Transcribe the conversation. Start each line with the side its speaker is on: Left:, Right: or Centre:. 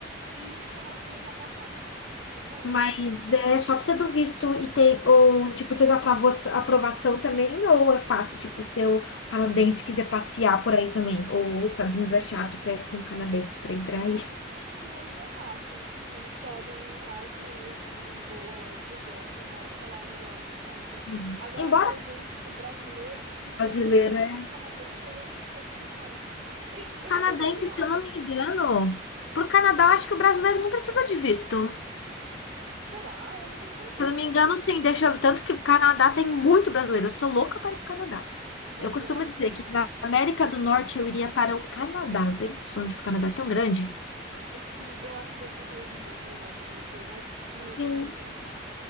Right: e começa a viajar pra lá, porque é perto.
Left: mas é só precisa do visto e tem, ou tipo, precisa da aprova- aprovação também, ou é fácil, tipo, se o canadense quiser passear por aí também, ou os Estados Unidos é chato até com canadense pra entrar
Right: Não,
Left: aí.
Right: com eles é fácil. Eles podem entrar e sair assim de boa a hora que quiser, só mostra lá o negócio e pronto.
Left: Uhum.
Right: Agora
Left: Embora
Right: pra gente, tipo, brasileiro que pegou
Left: brasileira
Right: o visto canadense, aí eu não sei como é. E eu
Left: Canadense,
Right: vou tentar tirar.
Left: se eu não me engano, pro Canadá, eu acho que o brasileiro não precisa de visto.
Right: Será? Eu não tenho certeza.
Left: Se eu não me engano, sim, deixa eu... Tanto que o Canadá tem muito brasileiro. Eu sou louca para ir pro Canadá.
Right: Nossa,
Left: Eu costumo
Right: eu acho
Left: dizer
Right: que.
Left: que na América do Norte eu iria para o Canadá. Eu tenho um sonho de ir pro Canadá tão grande.
Right: Sim, eu acho que deve ser um país muito legal de conhecer, mas frio
Left: Sim.
Right: também, hein?